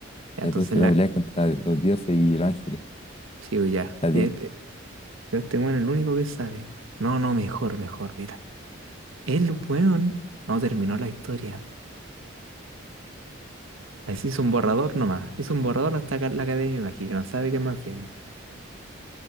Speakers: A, on the right; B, on the left.
A: Ya,
B: Entonces
A: entonces la.
B: va a pelear contra los dioses y los ángeles.
A: Sí, pues, ya.
B: sea,
A: Eh,
B: tiempo.
A: eh, Pero este weón es el único que sabe. No, no, mejor, mejor, mira. El weón no terminó la historia. Así hizo un borrador nomás. Hizo un borrador hasta acá en la academia, imagino. No sabe qué más viene.